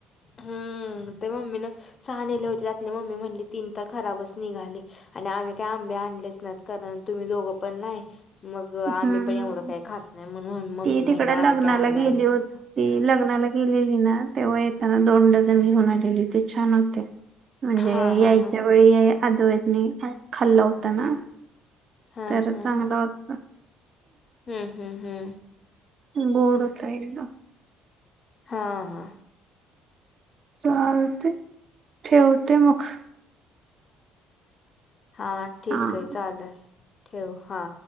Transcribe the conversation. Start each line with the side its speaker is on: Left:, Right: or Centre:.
Left: हम्म ते मम्मीन सहा नेले होते त्यातले मम्मी म्हणली तीन तर खराबच निघाले आणि आम्ही काही आंबे आणलेच नात कारण तुम्ही दोघं पण नाही? मग
Right: हम्म
Left: आम्ही पण एवढं काही खात नाही म्हणून मम्मी
Right: ती तिकड
Left: म्हणली
Right: लग्नाला
Left: आम्ही काही आंबे
Right: गेली
Left: आणतच
Right: होती
Left: नाही.
Right: ती लग्नाला गेलेली ना तेव्हा येताना दोन डझन घेऊन आलेली ते छान होते म्हणजे
Left: हा
Right: यायच्या
Left: हा हा
Right: वेळी या अद्वैतन पण खाल्ला होता ना
Left: हा
Right: तर
Left: हा
Right: चांगलं
Left: हा
Right: होता.
Left: हम्म हम्म हम्म
Right: गोड खायला
Left: हा हा
Right: चालतंय ठेवते मग.
Left: <inaudible> हा ठीक
Right: हा
Left: आहे चालंल ठेव हा